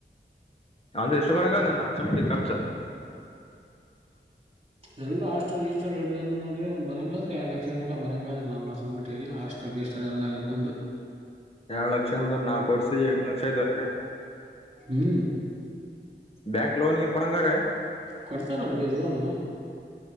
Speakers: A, on the left; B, on the right.
A: ನಂದ್ರೆ ಎಷ್ಟು ಬರಂಗದ ಅನ್ಸಿ ಮಟ್ ಖರ್ಚ.
B: ಎಲ್ಲ ಹಾಸ್ಟೆಲ್ಸ್ಲ್ ಗಿಸ್ಟಲ್ ಹಿಡಿದ ನೋ ಬರಂಗಾದ್ರ ಎರಡ ಲಕ್ಷ ಗಂಟ ಬರಂಗಾದ ನನ್ನ ಅನ್ನಸಾಮಾಟ್ಟಿಗಿ ಲಾಸ್ಟ. ಷ್ಟ ಇಷ್ಟ ಎಲ್ಲದಾಕುಂದು.
A: ಎರಡು ಲಕ್ಷ ಅಂದ್ರ ನಾ ಕೊಡ್ಸಿ ಎಂಟ ಲಕ್ಷ ಯಲಾ ವುಯಿತರಿ.
B: ಹ್ಮ್
A: ಬ್ಯಾಂಕ್ ಲೋನ್ ಗಿನ್ ಕೊಡಂಗಾರ.
B: ಕೊಡ್ತೆರಲ್ಲಾ ಬೆ ಲೋನ್.